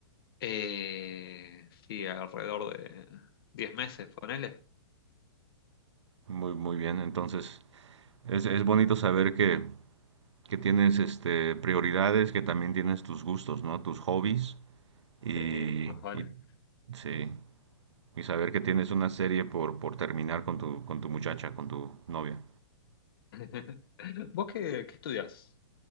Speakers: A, on the left; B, on the right.
A: Eh, sí, alrededor de diez meses, ponele.
B: Muy, muy bien. Entonces es, es bonito saber que, que tienes este, prioridades, que también tienes tus gustos, ¿no? Tus hobbies. Y,
A: Sí, más vale.
B: y- sí, y saber que tienes una serie por, por terminar con tu, con tu muchacha, con tu novia.
A: <laughs> ¿Vos qué, qué estudias?